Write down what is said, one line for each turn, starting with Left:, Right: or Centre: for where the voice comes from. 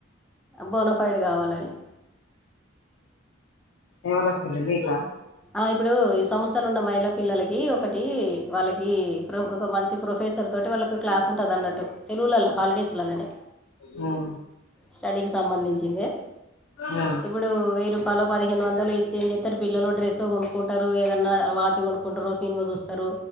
Centre: బోనోఫైడ్ గావాలని
Left: ఎవలకు పిన్ని మీకా
Centre: ఆ ఇప్పుడు ఈ సంస్థలు ఉన్న మహిళ పిల్లలకి ఒకటి వాళ్ళకి ప్ర ఒక మంచి ప్రొఫె సర్ తోటి వాళ్ళ క్లా ఉంటది అన్నట్టు తెలుగులలో హాలిడేస్లలోనే
Left: మ్
Centre: స్టడీకి సంబంధించిందే
Left: మ్
Centre: ఇప్పుడు వెయ్యి రూపాయలు, పదిహేను వందలు ఇస్తే ఏం చెత్తారు పిల్లలు డ్రెస్ తో కొనుకుంటారు ఏదన్నా వాచ్ కొనుక్కుంటరు. సినిమా చూస్తారు